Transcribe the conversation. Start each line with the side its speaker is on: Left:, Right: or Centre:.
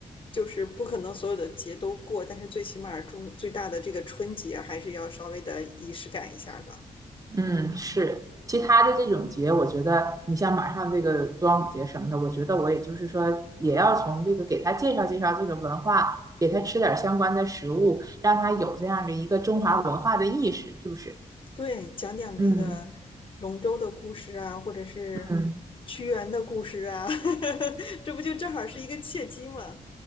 Left: 就是不可能所有的节都过，但是最起码中最大的这个春节还是要稍微的仪式感一下的。
Right: 嗯，是。其他的这种节，我觉得你像马上这个端午节什么的，我觉得我也就是说，也要从这个给他介绍介绍这个文化，给他吃点儿相关的食物，让他有这样的一个中华文化的意识，是不是？
Left: 对，讲讲这个龙舟的故事啊，
Right: 嗯
Left: 或者是
Right: 嗯，
Left: 屈原的故事啊，<laughs> 这不就正好是一个契机吗？